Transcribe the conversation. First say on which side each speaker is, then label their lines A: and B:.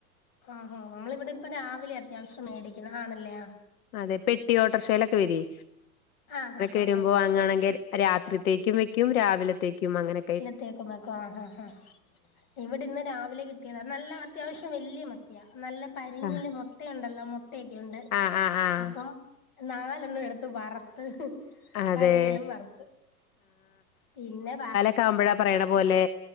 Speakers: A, on the left; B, on the left.
A: ആഹ് ആഹ് നമ്മളിവിടെ ഇപ്പം രാവിലെ അത്യാവശ്യം മേടിക്കുന്ന ആണല്ലേ
B: അതെ പെട്ടി ഓട്ടോറിഷയിലൊക്കെ വര്യേ
A: ആഹ് ആഹ്
B: വരുമ്പോ
A: ആഹ് ആഹ്
B: വാങ്ങാണെങ്കിൽ രാത്രിത്തേക്കും വെക്കും രാവിലത്തേക്കും അങ്ങനെ
A: വല്ലത്തേക്കും വെക്കാ ആഹ് ആഹ് ഇവിടെ ഇന്ന് രാവിലെ കിട്ടിയതാ നല്ല അത്യാവശ്യം വല്യ മ യാ നല്ല പരിഞ്ഞില്
B: ആഹ്
A: മുട്ടയുണ്ടല്ലോ മുട്ടയൊക്കെുണ്ട്
B: ആഹ് ആഹ് ആഹ്
A: അപ്പം നാലെണ്ണം എടുത്ത് വറ ത്
B: അതെ
A: പരിഞ്ഞിലും വറുത്ത് പിന്നെ ബാ
B: താമ്പഴ പറയണ പോലെ